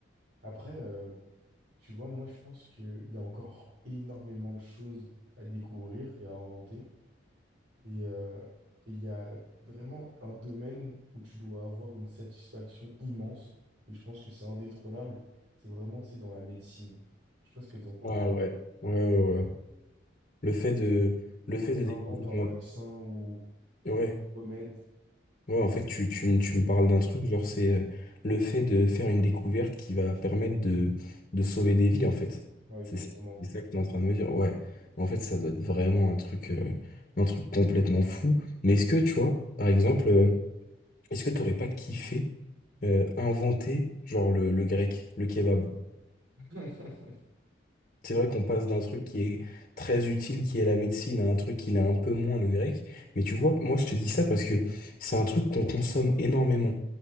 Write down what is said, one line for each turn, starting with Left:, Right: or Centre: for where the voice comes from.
Right: Après, euh, tu vois, moi je pense qu'il y a encore énormément de choses à découvrir et à inventer. Et euh, il y a vraiment un domaine où tu dois avoir une satisfaction immense. Et je pense que c'est indétrônable. C'est vraiment, tu sais, dans la médecine. Je sais pas ce que t'en penses.
Left: Ah ouais. Ouais, ouais, ouais. Le fait de, le
Right: Ouais,
Left: fait de
Right: t'inventes
Left: découvrir,
Right: un vaccin ou,
Left: ouais,
Right: ou un remède.
Left: ouais, en fait, tu, tu, me- tu me parles d'un truc, genre, c'est euh, le fait de faire une découverte qui va permettre de, de sauver des vies, en fait.
Right: Ouais, exactement.
Left: C'est ça c'est ça que tu es en train de me dire, ouais. En fait, ça doit être vraiment un truc, euh, un truc complètement fou. Mais est-ce que, tu vois, par exemple, euh, est-ce que t'aurais pas kiffé euh, inventer, genre, le, le grec, le kebab?
Right: <laughs>
Left: C'est vrai qu'on passe d'un truc qui est très utile, qui est la médecine, à un truc qui l'est un peu moins, le grec. Mais tu vois, moi je te dis ça parce que c'est un truc qu'on consomme énormément.